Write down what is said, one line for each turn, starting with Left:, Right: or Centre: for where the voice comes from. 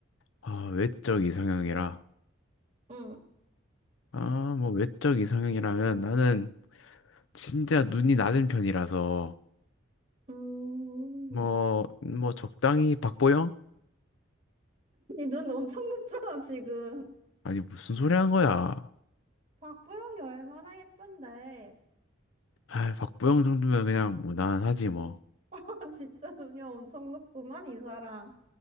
Left: 아, 외적 이상형이라.
Right: 응.
Left: 아, 뭐, 외적 이상형이라면 나는, 진짜 눈이 낮은 편이라서
Right: 음,
Left: 뭐 뭐 적당히 박보영?
Right: 니 눈 엄청 높잖아, 지금.
Left: 아니 무슨 소리 한 거야?
Right: 박보영이 얼마나 예쁜데.
Left: 아 박보영 정도면 그냥 무난하지 뭐.
Right: 아, 진짜 눈이 엄청 높구만, 이 사람.